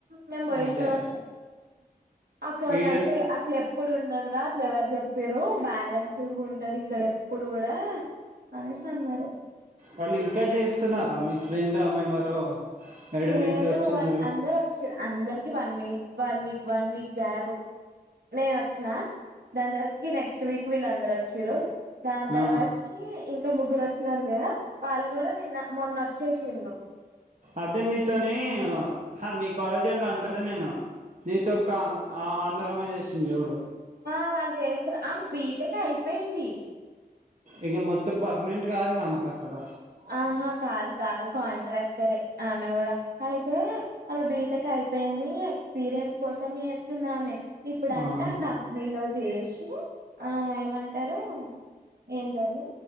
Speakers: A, on the right (about 75°); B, on the right (about 50°).
A: మేము పోయిన
B: అదే
A: తర్వాత అక్క వాళ్ళ
B: ఈడ
A: అడితే అట్ల ఎప్పుడు ఉండదురా అట్ల ఎవరు చె పిరు బ్యాలెన్స్డ్ ఉంటది ఇక్కడ ఎప్పుడు కూడా అనేసి అన్నారు
B: వాళ్ళు ఇంకా చేస్తున్నారా మీ ఫ్రెండ్ ఆమె ఎవరో ఏడ
A: లేదు
B: నుంచి వచ్చింది
A: వాళ్ళ
B: చూడు
A: అందరు వచ్చే అందరికి one week one week one week gap నేను వచ్చినా దాని తర్వాతకి నెక్స్ట్ వీక్ వీళ్ళందరు వచ్చారు దాని తర్వాతకి
B: ఆ
A: ఇంకా ముగ్గురు వచ్చిన లేదా వాళ్ళు కూడా నిన్న మొన్నొచ్చేసిండ్రు
B: అదే నీతోని మీ కాలేజ్ వాళ్ళు అంటారా నేను నీతో ఒక ఆ ఆంధ్ర అమ్మ చేసింది చూడు
A: ఆ వాళ్ళు చేస్తారు ఆమె బీటెక్ అయిపోయింది
B: ఇక మొత్తం పర్మనెంట్ కాదు కదా ఆమెకి అక్కడ
A: ఆహా కాదు కాదు కాంట్రాక్టర్ ఆమె కూడా అయితే అ బీటెక్ అయిపోయింది ఎక్స్పీరియన్స్ కోసం చేస్తుంది అమె ఇప్పుడు అంటా
B: ఆహా
A: కం నీలో చేసి ఆ ఏమంటారు ఏంద అది